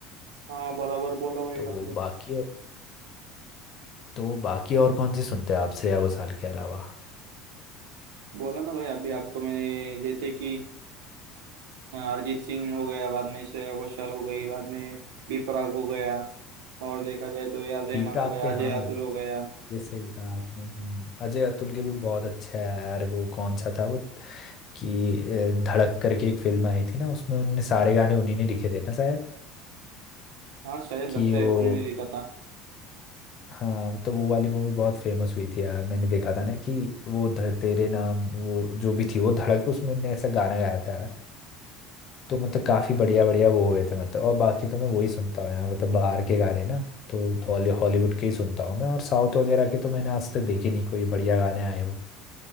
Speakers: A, on the right; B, on the left.
A: हाँ बराबर बोला भाई
B: तो
A: आपने
B: बाकी तो बाकी और कौन से सुनते हैं आप श्रेया घोषाल के अलावा
A: बोला ना भाई अभी आपको मैंने जैसे कि हाँ, अरिजीत सिंह हो गया बाद में श्रेया घोषाल हो गई बाद में बी प्राक हो गया और देखा जाए तो यार रहमान
B: बी प्राक
A: हो गया
B: के हाँ
A: अजय आतुल हो गया
B: ये सही कहा आपने हम्म, अजय अतुल के भी बहुत अच्छा है यार वो कौन सा था वो कि अ, धड़क करके एक फिल्म आई थी ना उसमें उनने सारे गाने उन्हीं ने लिखे थे ना शायद
A: हाँ शायद लगता
B: कि वो
A: है उन्हें नहीं देखा था
B: हाँ मतलब वो वाली मूवी बहुत फेमस हुई थी यार मैंने देखा था ना कि वो ध, तेरे नाम वो जो भी थी वो धड़क उसमें उनने ऐसा गाना गाया था तो मतलब काफी बढ़िया बढ़िया वो हुए थे मतलब और बाकी तो मैं वही सुनता आया हूँ, मतलब बाहर के गाने ना तो बॉली हॉलीवुड के ही सुनता हूँ मैं और साउथ वगैरह के तो मैंने आज तक देखे नहीं कोई बढ़िया गाने आए हो